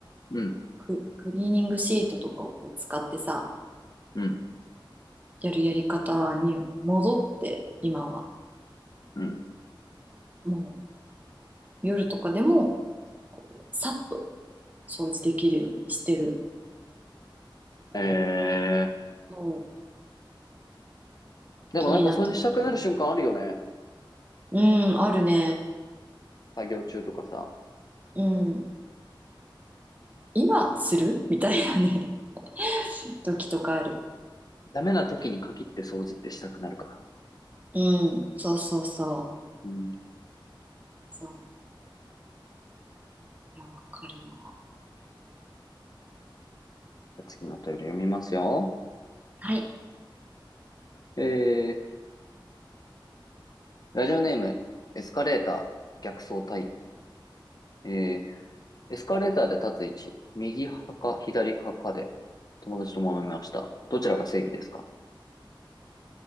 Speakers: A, on the left; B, on the right.
A: うん、
B: ク、クリーニングシートとかをこう使ってさ、
A: うん、
B: やるやり方に戻って、今は。
A: うん。
B: もう夜とかでも、さっと掃除できるようにしてる。
A: え
B: もう
A: ー、でもなんか掃除したくなる瞬間あるよね。
B: 気になった時に。うん、あるね。
A: 作業中とかさ。
B: うん。今する <laughs> みたいなね <laughs> 時とかある。
A: ダメな時に限って掃除ってしたくなるから。
B: うん、そうそうそう。
A: うん。じ
B: そう。いや、わかるな。
A: ゃあ次のトイレ読みますよ。
B: はい。
A: えー、ラジオネーム、エスカレーター、逆走隊。えー、エスカレーターで立つ位置、右派か左派かで、友達と揉めました。どちらが正義ですか